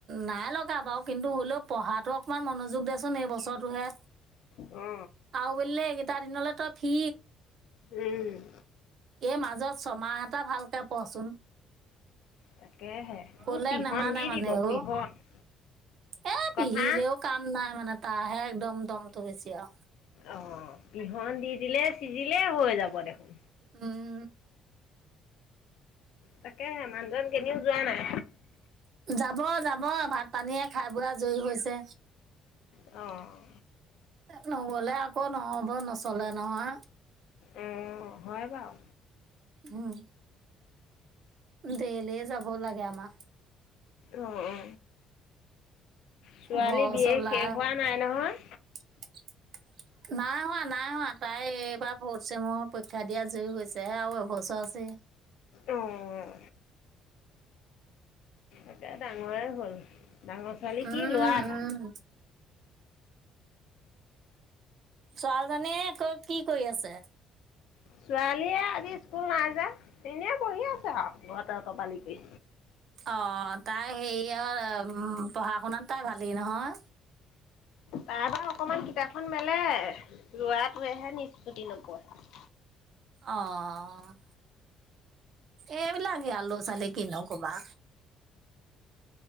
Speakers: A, on the right (about 50°); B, on the left (about 60°).
A: নাই লগা বাৰু কিন্তু হ'লেও পঢ়াটো অমান মনোযোগ দেয়চোন এই বছৰটোহে।
B: অ।
A: আও বোলে এই কেইটা দিনলৈ তই ফি।
B: উম।
A: এই মাজত ছমাহ এটা ভালকে পঢ়চোন।
B: তাকেহে
A: ক'লে
B: মোৰ পিহন
A: নেমানে
B: দি
A: মানে
B: দিব পিহন।
A: অ' এ পিহিলেও
B: কথা।
A: কাম নাই মানে তাহে একদম দমটো বেছি আও।
B: অ পিহন দি দিলে চিজিলে হৈ যাব দেখোন।
A: উম।
B: তাকেহে মানুহজন কেনেও যোৱা নাই।
A: যাব যাব। ভাত পানী এই খাই বৈ আজই হৈছে।
B: অহ।
A: নগ'লে আকৌ নহ'ব নচলে নহয়।
B: অহ হয় বাও।
A: উম। দেলি যাব লাগে আমাৰ।
B: অ অ ছোৱালী
A: ঘৰ
B: বি
A: চলা
B: এ শেষ হোৱা নাই নহয়?
A: <unintelligible> নাই হোৱা, নাই হোৱা, তাই এইবা ফ'থ চেমৰ পৰীক্ষা দি আজৰি হৈছেহে আৰু এবছৰ আছেই।
B: অহ। এতিয়া ডাঙৰে হ'ল, ডাঙৰ ছোৱালী
A: উম
B: কি ল'ৰা এটা?
A: উম ছোৱালজনীয়ে ক'ত কি কৰি আছে?
B: ছোৱালীয়ে আজি স্কুল নাই যে, এনেই বহি আছে আৰু ঘৰতে অতপালি কৰি।
A: অ' তাই হেৰিয় উম পঢ়া-শুনাত তাই ভালেই নহয়?
B: তাই বাও অকমান কিতাপখন মেলে, ল'ৰাটোৱেহে নিষ্পত্তি নপঢ়ে।
A: অ' এইবিলাকেই আ ল'ৰা - ছোৱালী কিনো ক'বা?